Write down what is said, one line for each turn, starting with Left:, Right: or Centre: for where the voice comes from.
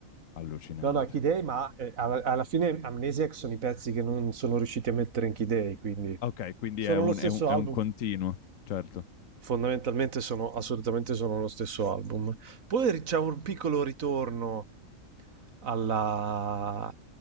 Left: allucinante.
Right: no, Key Day, ma eh, alla, alla fine Amnesiac sono i pezzi che non sono riusciti a mettere in Key Day, quindi
Left: Ok, quindi
Right: sono
Left: è un,
Right: lo stesso
Left: è un- è
Right: album.
Left: un continuo, certo,
Right: Fondamentalmente sono assolutamente sono lo stesso album. Poi ri- c'è un piccolo ritorno alla-